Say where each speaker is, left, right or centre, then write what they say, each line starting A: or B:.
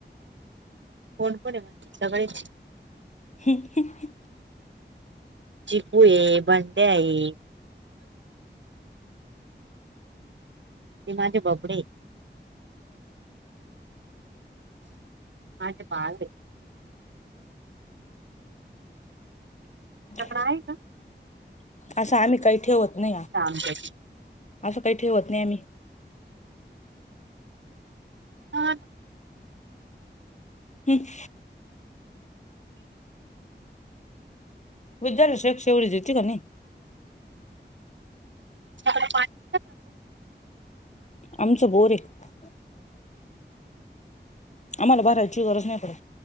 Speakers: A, on the right; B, on the left.
A: कोण कोण आहे म्हणजे सगळेच
B: ह्
A: चपू ये भंड्या आहे. ते माझे बबडे माझे बाळ आहे. तुझ्याकडे
B: ह
A: आहे का
B: असं आम्ही काही ठेवत नाही आ
A: आमच्याकडे
B: असं काही ठेवत नाही आम्ही
A: हा
B: हम बुद्ल शे एक शेवढी जेतती का?
A: <unintelligible>
B: आमचं बोरे आहे. आम्हाला भरायची गरज नाही पडत.